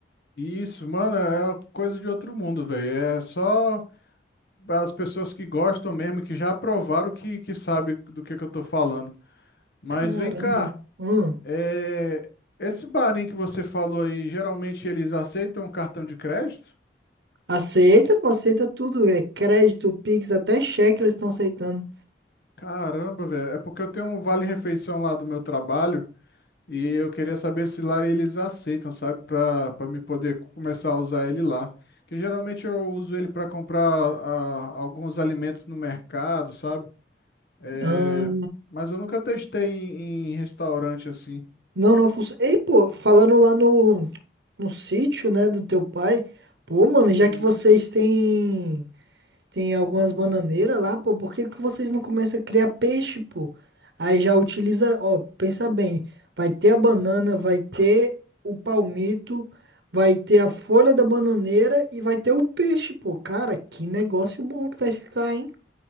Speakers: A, on the left (about 65°); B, on the right (about 75°).
A: Isso, mano, é uma coisa de outro mundo, velho. É só as pessoas que gostam mesmo, que já provaram, que, que sabe do que, que eu tô falando. Mas
B: Caramba.
A: vem cá,
B: Hum.
A: é, esse barinho que você falou aí, geralmente eles aceitam cartão de crédito?
B: Aceita, pô, aceita tudo. É crédito, Pix, até cheque eles estão aceitando.
A: Caramba, velho. É porque eu tenho um vale-refeição lá do meu trabalho e eu queria saber se lá eles aceitam, sabe? Pra, pra me poder começar a usar ele lá. Que geralmente eu uso ele pra comprar ah, alguns alimentos no mercado, sabe? É,
B: Ah,
A: mas eu nunca testei em, em restaurante assim.
B: não, não funciona. Ei, pô, falando lá no, no sítio, né, do teu pai, pô, mano, já
A: Uhum.
B: que vocês têm. Tem algumas bananeiras lá, pô. Por que que vocês não começam a criar peixe, pô? Aí já utiliza, ó, pensa bem. Vai ter a banana, vai ter o palmito, vai ter a folha da bananeira e vai ter o peixe, pô. Cara, que negócio bom que vai ficar, hein?